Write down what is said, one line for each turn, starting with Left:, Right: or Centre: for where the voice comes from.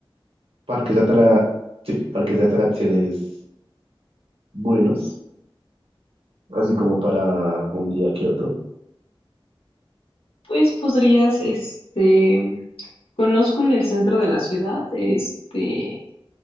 Right: parques atra- sí, parques de atracciones buenos, así como para un día que otro.
Left: Pues podrías, este, conozco en el centro de la ciudad, este,